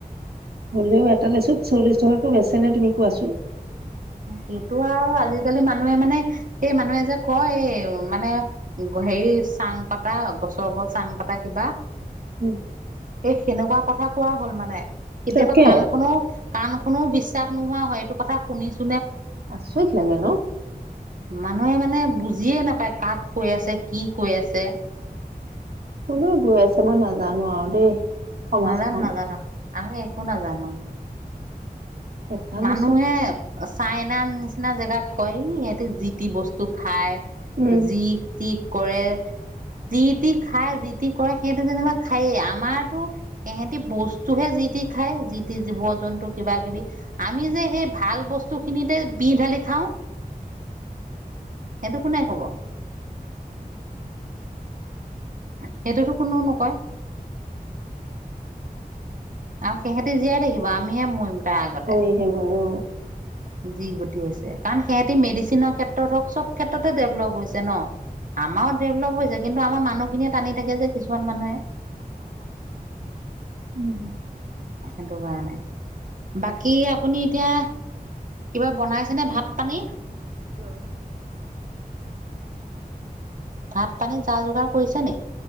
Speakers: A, on the right; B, on the right.
A: হ'লেও এটা লৈচোন চল্লিশ টকাকৈ বেচ নে তুমি কোৱাচোন?
B: সেইটো আৰু আজিকালি মানুহে মানে সেই মানুহে যে কয় এই মানে হেৰি চাং পাতা গছৰ ওপৰত চাং পাতা কিবা
A: উম
B: এ সেনেকুৱা কথা কোৱা হ'ল মানে কেতিয়াবা
A: তাকে
B: কাণ খনো কাণ খনো বিশ্বাস নোহোৱা হয় এইটো কথা শুনিছো
A: আছইত লাগে ন
B: মানুহে মানে বুজিয়ে নাপায় কাক কৈ আছে কি কৈ আছে।
A: কলৈ গৈ আছে মই নাজানো আৰু দেই। সমাজখন
B: নাজানো - নাজানো আমি একো নাজানো।
A: এটা লেচুত
B: মানুহে চাইনা নিচিনা জেগাক কয় ই সিহতে যি টি বস্তু খায়।
A: উম,
B: যি টি কৰে যিটি খায় যি যিটি কৰে সিহতে যেনিবা খায়েই আমাৰতো সিহেতি বস্তুহে যি টি খায় যি। জীৱ জন্তু কিবা কিবি আমি যে সেই ভাল বস্তু খিনিতে বিহ ঢালি খাও। সেইটো কোনে কব। সেইটোতো কোনো নকয়। আৰু সিহতি জীয়াই থাকিব আমিহে মৰিম তাৰ আগতে।
A: কমিহে ময়ো
B: যি গতি হৈছে কাৰণ সিহতি মেডিচিনৰ ক্ষেত্ৰত হওক চব ক্ষেত্ৰতে ডেভলপ হৈছে ন। আমাৰো ডেভেলপ হৈছে কিন্তু আমাৰ মানুহখিনিয়ে টানি থাকে কিচু কিছুমান মানুহে
A: উম।
B: সেইটো কাৰণে বাকী আপুনি এতিয়া কিবা বনাইছেনে ভাত পানী।
A: অ
B: ভাত পানী যা যোগাৰ কৰিছে নে।